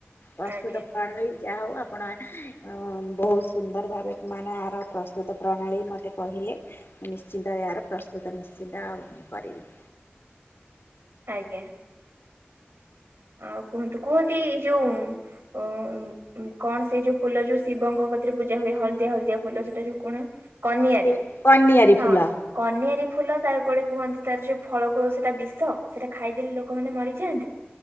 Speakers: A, on the left; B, on the right.
A: ପ୍ରସ୍ତୁତ
B: ଆଜ୍ଞା
A: <unintelligible> ଯାହା ହବ ଆପ ଆପଣ ଅ ବହୁତ ସୁନ୍ଦର ଭାବେ ମାନେ ଆର ପ୍ରସ୍ତୁତ ପ୍ରଣାଳୀ ମୋତେ କହିଲେ। ମୁଁ ନିଶ୍ଚିନ୍ତ ଏଆର ପ୍ରସ୍ତୁତ ନିଶ୍ଚିନ୍ତ ଆ କରିବି।
B: ଆଜ୍ଞା। ଆଉ କୁହନ୍ତୁ କୁହନ୍ତି ଏଇ ଯୋଉ ଅ କଣ ସେଇ ଯୋଉ ଫୁଲ ଯୋଉ ଶିବଙ୍କ କତିରେ ପୂଜା ହୁଏ। ହଳଦିଆ ହଳଦିଆ ଫୁଲ ସେଇଟା ଯୋଉ କଣ? କନିଆରି
A: ଯୋଉ କନିଆରି
B: ହଁ।
A: ଫୁଲ।
B: କନିଆରୀ ଫୁଲ ତାର କୁଆଡେ କୁହନ୍ତି ତାର ଯୋଉ ଫଳ କ ସେଟା ବିଷ। ସେଟା ଖାଇଦେଲେ ଲୋକମାନେ ମରିଯାଆନ୍ତି।